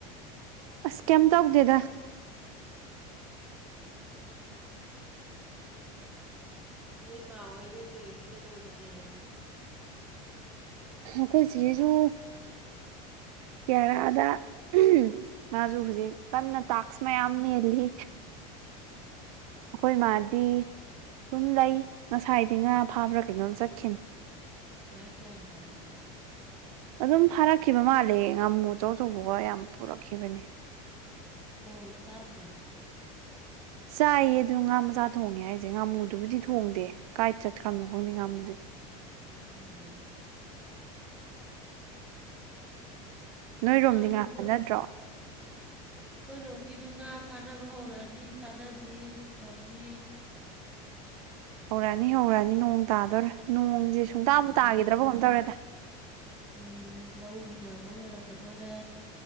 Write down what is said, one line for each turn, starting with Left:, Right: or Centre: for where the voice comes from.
Right: ꯑꯁ ꯀꯩꯝ ꯇꯧꯗꯦꯗ
Centre: ꯅꯣꯏ ꯃꯥꯍꯣꯏ ꯅꯣꯏ ꯆꯦ ꯍꯣꯏꯗꯤ ꯀꯩꯗꯧꯔꯤꯒꯦ
Right: ꯑꯈꯣꯏꯆꯦꯖꯨ <unintelligible> ꯃꯥꯖꯨ ꯍꯧꯖꯤꯛ ꯀꯟꯅ ꯇꯥꯛꯁ ꯃꯌꯥꯝ ꯃꯦꯜꯂꯤ ꯑꯈꯣꯏ ꯃꯥꯗꯤ ꯁꯨꯝ ꯂꯩ ꯉꯁꯥꯏꯗꯤ ꯉꯥ ꯐꯥꯕ꯭ꯔꯥ ꯀꯩꯅꯣꯝ ꯆꯠꯈꯤꯝ
Centre: ꯌꯥ ꯀꯌꯥꯝ ꯐꯔꯛ ꯀꯦ
Right: ꯑꯗꯨꯝ ꯐꯥꯔꯛꯈꯤꯕ ꯃꯥꯜꯂꯦ ꯉꯥꯃꯨ ꯑꯆꯧ ꯑꯆꯧꯕꯒ ꯌꯥꯝ ꯄꯨꯔꯛꯈꯤꯕꯅꯦ
Centre: ꯊꯣꯡꯉ ꯆꯥꯗ꯭ꯔꯣ
Right: ꯆꯥꯏꯌꯦ ꯑꯗꯨ ꯉꯥ ꯃꯆꯥ ꯊꯣꯡꯉꯦ ꯍꯥꯏꯁꯦ ꯉꯥꯃꯨꯗꯨꯕꯨꯗꯤ ꯊꯣꯡꯗꯦ ꯀꯥꯏ ꯆꯠꯈ꯭ꯔꯕꯅꯣ ꯈꯪꯗꯦ ꯉꯥꯃꯨꯗꯨꯗꯤ
Centre: <inaudible>
Right: ꯅꯣꯏꯔꯣꯝꯗꯤ
Centre: ꯉꯥꯃꯨꯗꯣ
Right: ꯉꯥ ꯐꯥꯅꯗ꯭ꯔꯣ
Centre: ꯈꯣꯏꯔꯣꯝꯒꯤꯖꯨ ꯉꯥ ꯐꯥꯅꯕ ꯍꯧꯔꯛꯑꯅꯤ ꯐꯥꯅꯗ꯭ꯔꯤ ꯍꯧꯖꯤꯛ ꯐꯥꯎꯗꯤ
Right: ꯍꯧꯔꯛꯑꯅꯤ ꯍꯧꯔꯛꯑꯅꯤ ꯅꯣꯡ ꯇꯥꯗꯣꯔꯦ ꯅꯣꯡꯁꯦ
Centre: ꯃꯇꯨꯡ
Right: ꯁꯨꯡꯇꯥꯕꯨ
Centre: ꯇꯥꯗꯣꯔꯦ
Right: ꯇꯥꯒꯤꯗ꯭ꯔꯕ ꯀꯩꯅꯣꯝ ꯇꯧꯔꯦꯗ
Centre: ꯎꯝ ꯂꯧ ꯍꯨꯟꯅꯕ ꯂꯣꯏꯔꯛꯀꯗꯣꯔꯦ